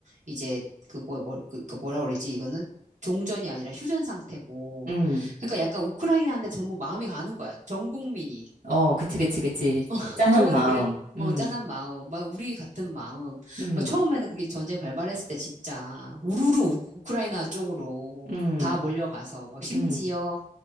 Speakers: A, on the right; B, on the right.
A: 이제 그 뭐, 뭐, 그, 그 뭐라 그랬지 이거는 종전이 아니라 휴전 상태고.
B: 음.
A: 그러니까 약간 우크라이나한테 전부 마음이 가는 거야. 전 국민이.
B: 어, 그치, 그치, 그치.
A: <laughs>
B: 짠한
A: 저번에
B: 마음.
A: 그래, 어,
B: 음,
A: 짠한 마음, 막 우리 같은 마음.
B: 음,
A: 막 처음에는 그게 전쟁 발발했을 때 진짜 우르르 우- 우크라이나 쪽으로
B: 음,
A: 다 몰려가서 막 심지어
B: 음.